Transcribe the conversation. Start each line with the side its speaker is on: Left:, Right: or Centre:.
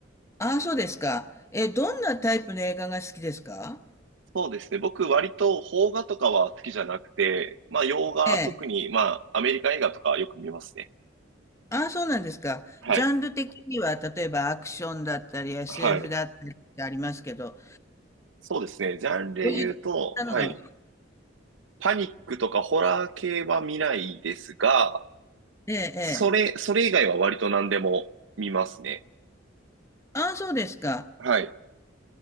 Left: ああ、そうですか。ええ、どんなタイプの映画が好きですか
Right: そうですね。僕、割と、邦画とかは好きじゃなくて、まあ、洋画、
Left: ええ。
Right: 特に、まあ、アメリカ映画とかよく見ますね。
Left: ああ、そうなんですか。
Right: はい。
Left: ジャンル的には、例えばアクションだったり、SF
Right: はい。
Left: だったりってありますけど、
Right: そうですね。ジャンルで言うと、
Left: こういったのが、
Right: はい。パニックとかホラー系は見ないですが、
Left: ええ、ええ。
Right: それ、それ以外は割と何でも見ますね。
Left: ああ、そうですか。
Right: はい。